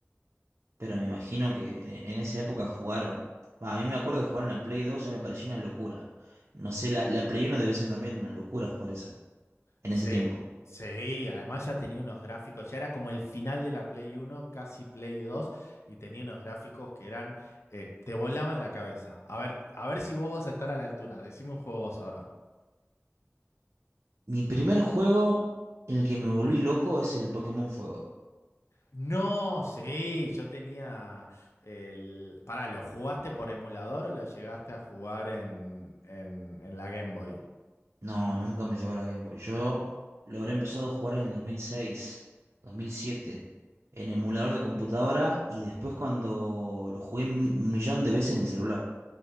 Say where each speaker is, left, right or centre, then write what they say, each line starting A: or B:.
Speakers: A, on the right; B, on the left.
A: Pero me imagino que en, en esa época jugar. bah, a mí me acuerdo de jugar en la Play 2 ya me pareció una locura. No sé, la, la Play uno debe ser también una locura jugar esa en
B: Sí,
A: ese tiempo.
B: sí, además ya tenía unos gráficos, ya era como el final de la Play uno, casi Play 2, y tenía unos gráficos que eran, eh, te volaban la cabeza. A ver, a ver si vos vas a estar a la altura, decime un juego vos ahora.
A: Mi primer juego en el que me volví loco es el Pokémon Fuego.
B: No, sí, yo tenía el... Pará, ¿lo jugaste por emulador o lo llegaste a jugar en, en- en la Game Boy?
A: No, nunca me llegó la Game Boy. Yo lo habré empezado a jugar en el dos dos mil seis dos mil siete en emulador de computadora y después cuando lo jugué mi- un millón de veces en el celular.